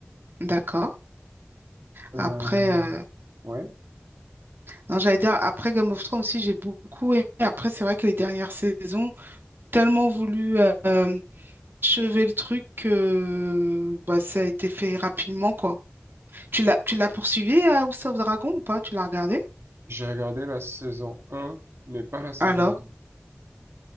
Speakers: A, on the right; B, on the right.
A: d'accord.
B: Euh,
A: Après, euh,
B: ouais,
A: non, j'allais dire, après Game of Thrones aussi, j'ai beaucoup aimé. Après, c'est vrai que les dernières saisons, tellement voulu. euh, achevé le truc, euh, bah, ça a été fait rapidement, quoi. Tu l'as, tu l'as poursuivi à House of Dragon ou pas? Tu l'as regardé?
B: J'ai regardé la saison un, mais pas la saison
A: Alors,
B: 2.